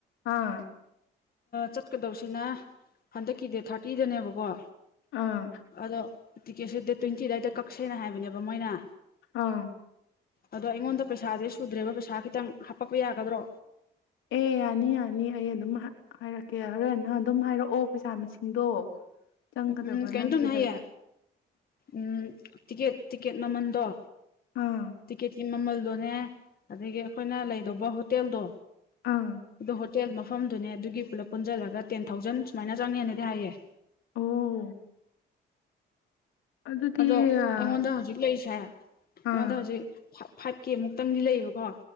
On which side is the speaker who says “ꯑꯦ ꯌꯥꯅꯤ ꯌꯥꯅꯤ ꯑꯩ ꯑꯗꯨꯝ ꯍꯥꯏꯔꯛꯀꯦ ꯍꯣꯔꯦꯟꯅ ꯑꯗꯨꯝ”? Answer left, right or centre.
Left